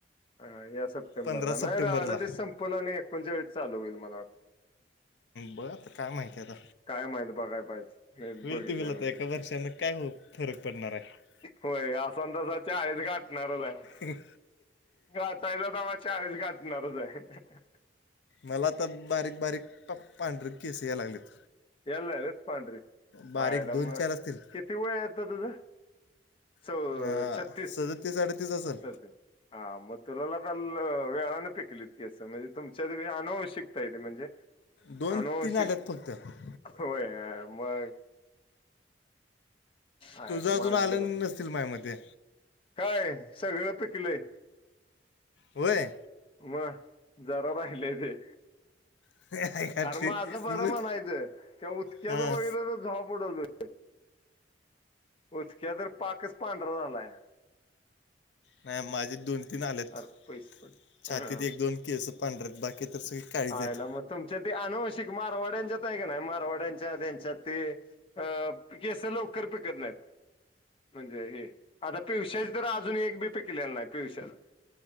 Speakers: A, on the left; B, on the left.
A: हा या सप्टेंबरला
B: पंधरा सप्टेंबरला
A: नाही र अडतीस संपल आणि एकोणच्या वेळेस चालू होईल मला वाटतं.
B: बघ आता काय माहिती आता.
A: काय माहित बगाय पाहिजे
B: होईल
A: बघितल्
B: ती होईल आता
A: नाही.
B: एका वर्षानं काय हो फरक पडणार आहे
A: होय असंतासा चाळीस गाठणारच आहे
B: ब्र
A: गाठायच तवा चाळीस गाठणारच आहे हह
B: मला आता बारीक बारीक प पांढर केस या लागलेत.
A: यायला लागले पांढरे
B: बारीक
A: आायला
B: दोन
A: म
B: चार असतील
A: किती वय आता तुझ? सो
B: अं,
A: छत्तीस
B: सदतीस अडतीस असेल
A: स हा मग तुला काल वेळाने पिकलीत की केस म्हणजे तुमच्यात आनुवंशिकता म्हणजे
B: दोन
A: आनुवंशिक.
B: तीन <inaudible>
A: होय मग. आयला
B: तुझ
A: मानलं
B: अजून आलं
A: बा.
B: नसतील माया मते
A: काय सगळं पिकलंय
B: होय
A: मग जरा राहिलंय ते
B: <inaudible>
A: अरे माज बरं
B: मी मग
A: म्हणायचं त्या उदक्याचं
B: हां
A: बघितलं तर झोप उडवलं उचक्या तर पाकच् पांढरा झालाय.
B: नाही माझे दोन तीन आल्यात
A: अरे पैसे पडले
B: छातीत
A: ह
B: एक दोन केसं पांढरत बाकी तर सगळी काळीच
A: आयला
B: आहेत.
A: मग तुमच्या ते अनावश्यक मारवाड्यांच्यात आहे का नाही मारवाड्यांच्या त्यांच्यात ते अ केस लवकर पिकत नाहीत. म्हणजे हे आता पिवश्याचे तर अजून एक बी पेकलेला नाही पिवश्याचा